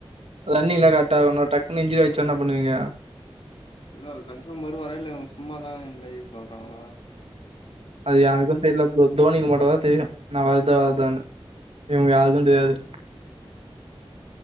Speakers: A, on the right; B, on the left.
A: ரன்னிங்லா கரெக்டா இருக்னு டக்குனு இஞ்சுரி ஆச்சா என்ன பண்ணுவிங்க
B: இல்ல அவரு கன்ஃபாம் வருவாரா இல்ல இவுங் சும்மாதா இந்த மாயி சொல்றாங்ளா
A: அது யாருக்கு தெர்ல ப்ரோ தோனிக்கு மட்டுந் தா தெரியு நா வர்த வர்தானு இவங்க யாருக்கு தெரியாது